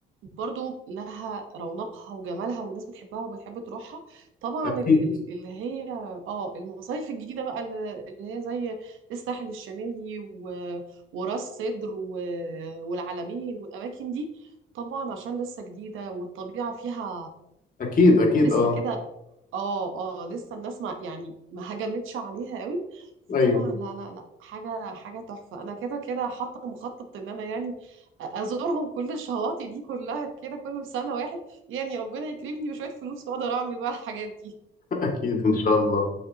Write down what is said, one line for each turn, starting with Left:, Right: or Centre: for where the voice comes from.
Right: برضو لها رونقها وجمالها والناس بتحبها وبتحب تروحها طبعا
Left: اكيد
Right: ال- ال- اللي هي اه المصايف الجديدة بقى اللي اللي هي زي الساحل الشمالي و- وراس سدر و- والعلمين والاماكن دي طبعا عشان لسه جديدة والطبيعة فيها
Left: اكيد اكيد
Right: لسه
Left: اه
Right: كده اه اه لسه الناس ما يعني ما هجمتش عليها قوي فطبعا
Left: ايوه
Right: لا لا لا حاجة حاجة تحفة انا كده كده حاطة مخطط ان انا يعني ازورهم كل الشواطئ دي كلها كده كل سنة واحد يعني ربنا يكرمني بشوية فلوس واقدر اعمل بقى الحاجات دي
Left: <laughs> اكيد ان شاء الله